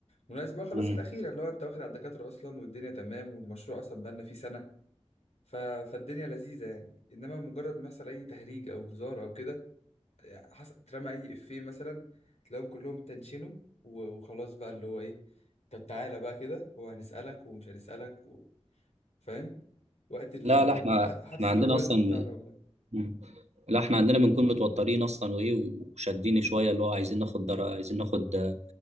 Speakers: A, on the left; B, on the right.
A: مناسبة بقى خلاص
B: مم.
A: الاخيره اللي هو انت واخد على الدكاتره اصلا والدنيا تمام والمشروع اصلا بقالنا فيه سنه ف... فالدنيا لذيذه يعني انما مجرد ما يحصل اي تهريج او هزار او كده يعني حس... اترمى اي افيه مثلا تلاقيهم كلهم تنشنوا و... وخلاص بقى اللي هو ايه طب تعالى بقى كده هو هنسالك ومش هنسألك و... فاهم وقت ال...
B: لا لا
A: الح-
B: احنا
A: حتى
B: احنا
A: السوبرفايزر
B: عندنا اصلا
A: بتاعنا والله
B: مم. لا احنا عندنا بنكون متوترين اصلا وايه وشادين شويه اللي هو عايزين ناخد در... عايزين ناخد آه،